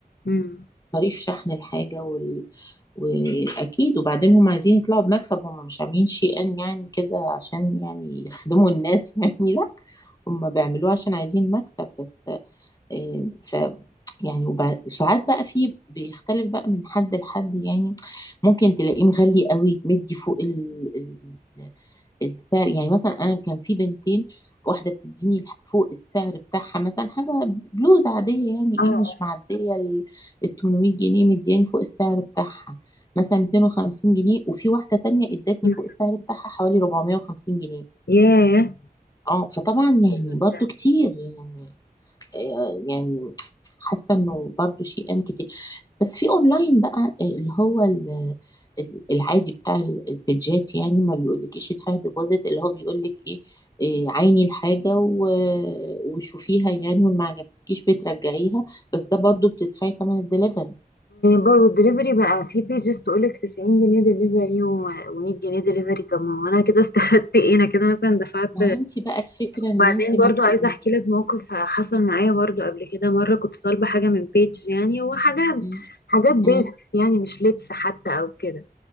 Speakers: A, on the left (about 90°); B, on the left (about 25°).
A: امم
B: مصاريف شحن الحاجة وال... وأكيد وبعدين هم عايزين يطلعوا بمكسب هم مش عاملين شيئا يعني كده عشان يعني يخدموا الناس <laughs> يعني لا هم بيعملوه عشان عايزين مكسب بس آه، ف يعني وبع- وساعات بقى في بيختلف بقى من حد لحد يعني ممكن تلاقيه مغلي قوي مدي فوق ال... ال... السعر يعني مثلا انا كان في بنتين واحده بتديني الح- فوق السعر بتاعها مثلا حاجه بلوز عاديه يعني
A: اه
B: ايه
A: اه
B: مش معديه ال ال 800 جنيه مدياني فوق السعر بتاعها مثلا 250 جنيه وفي واحده تانية ادتني
A: أمم.
B: فوق السعر بتاعها حوالي 450 جنيه
A: ياه
B: اه فطبعا
A: كتير
B: يعني
A: جدا.
B: برضو كتير يعني آه، يعني حاسه انه برضو شيئا كتير بس في اونلاين بقى آه، اللي هو ال- ال- العادي بتاع ال- البيدجات يعني ما بيقولكيش ادفعي ديبوزيت اللي هو بيقولك ايه إيه، عيني الحاجة و- وشوفيها يعني وما عجبتكيش بترجعيها بس ده برضو بتدفعي تمن الدليفري
A: برضه الدليفري بقى في بيجز تقولك 90 جنيه دليفري و100 جنيه دليفري طب ما هو انا كده استفدت ايه انا كده مثلا دفعت
B: ما هو انت بقى الفكرة ان
A: وبعدين
B: انت ما
A: برضو
B: بت...
A: عايزه
B: ما-
A: احكي لك موقف حصل معايا برضو قبل كده مره كنت طالبه حاجه من بيج يعني وحاجه
B: م-
A: حاجات بيزكس
B: م-
A: يعني مش لبس حتى او كده